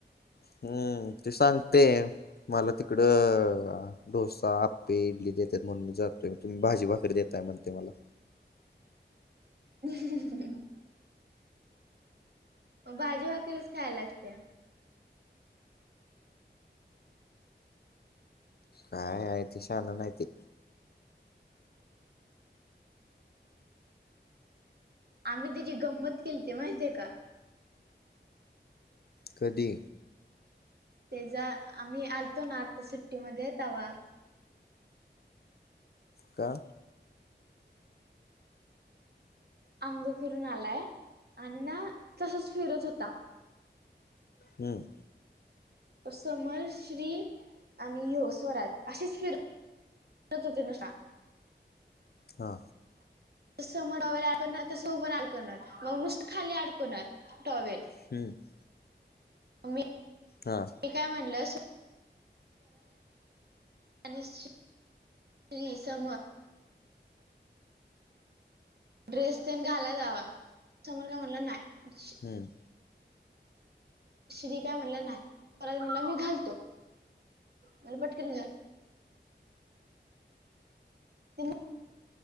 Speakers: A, on the left; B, on the right.
A: हम्म ते सांगते मला तिकडं. डोसा आपे इडली देतेत म्हणून मी जातोय तुम्ही भाजी भाकरी देतय म्हणते मला.
B: <inaudible> भाजी भाकरीच खायला लागते.
A: काय आहेयती शान नाहीती.
B: आम्ही त्यािची गंमत केली त माहितीे का.
A: कधी?
B: तेचा आम्ही आलतो ना आता सुट्टीमध्ये तवा
A: का?
B: अंगो करून आलाय आणि ना तसच फिरत होता.
A: हम्म
B: तो समर श्री आणि यो स्वराज अशीच फिरत त तो तनसां
A: अच्छा!
B: समोर वगैरे अडकवणार तसंोबण अडकवणार मग नुसतं खाली अडकवणार. टॉवेल.
A: <inaudible>
B: <inaudible>
A: हा.
B: ते काय म्हणलं स निश्चित. त समर. ड्रेस ते घाला जावा समोर का म्हणला नाही.
A: हम्.
B: श्री काय म्हणला नाही म्हणला मी घालतो मला पटकने घाल <inaudible>